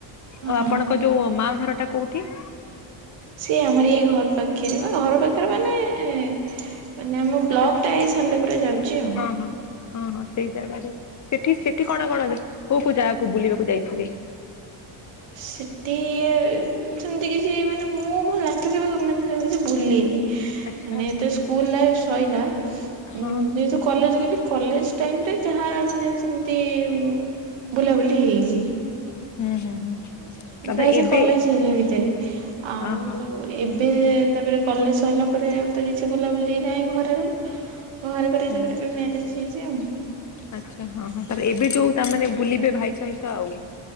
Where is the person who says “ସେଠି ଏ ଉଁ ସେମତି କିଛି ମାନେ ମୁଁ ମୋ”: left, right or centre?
Right